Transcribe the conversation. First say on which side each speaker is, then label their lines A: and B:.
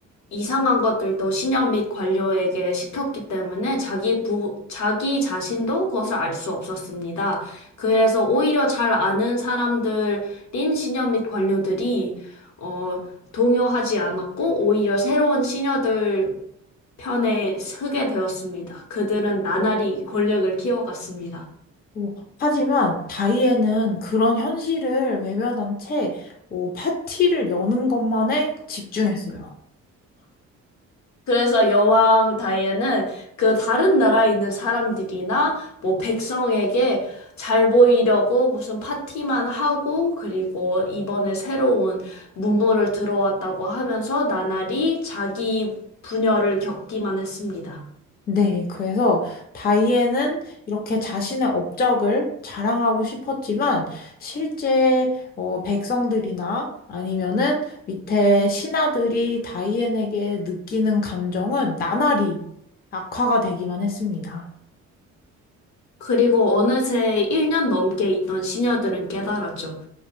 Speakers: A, on the left; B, on the left.
A: 이상한 것들도 시녀 및 관료에게 시켰기 때문에 자기 부, 자기 자신도 그것을 알 수 없었습니다. 그래서 오히려 잘 아는 사람들인 시녀 및 관료들이, 어, 동요하지 않았고, 오히려 새로운 시녀들 편에 서게 되었습니다. 그들은 나날이 권력을 키워갔습니다.
B: 어, 하지만 다이앤은 그런 현실을 외면한 채, 어, 파티를 여는 것만에 집중했어요.
A: 그래서 여왕 다이애는 그 다른 나라에 있는 사람들이나 뭐 백성에게 잘 보이려고 무슨 파티만 하고 그리고 이번에 새로운 문물을 들어왔다고 하면서 나날이 자기 분열을 겪기만 했습니다.
B: 네, 그래서 다이앤은 이렇게 자신의 업적을 자랑하고 싶었지만 실제 어, 백성들이나 아니면은 밑에 신하들이 다이앤에게 느끼는 감정은 나날이 악화가 되기만 했습니다.
A: 그리고 어느새 1년 넘게 있던 시녀들은 깨달았죠.